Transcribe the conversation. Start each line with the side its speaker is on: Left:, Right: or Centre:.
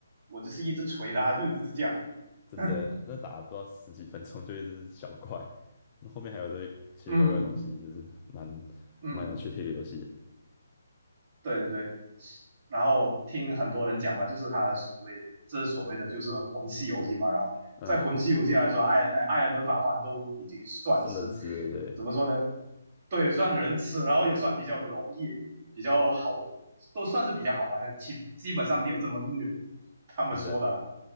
Right: 我就是一直捶他，<laughs> 就是这样。
Left: 真的那打了不知道十几分钟就一只小怪，
Right: <laughs>
Left: 那后面还有一堆奇奇怪怪的东西，
Right: 嗯
Left: 就是蛮蛮有趣的一个游戏的，
Right: 嗯。对对对，然后听很多人讲嘛，就是他的所谓这所谓的就是魂系游戏嘛，然后在魂系游戏来说，
Left: 嗯，
Right: 艾呃艾尔登法环都已经算是
Left: 是能吃的，对，
Right: 怎么说呢？对，算人吃，然后也算比较容易，比较好，都算是比较好玩的，基基本上没有这么虐，他们说的啦。
Left: 真的。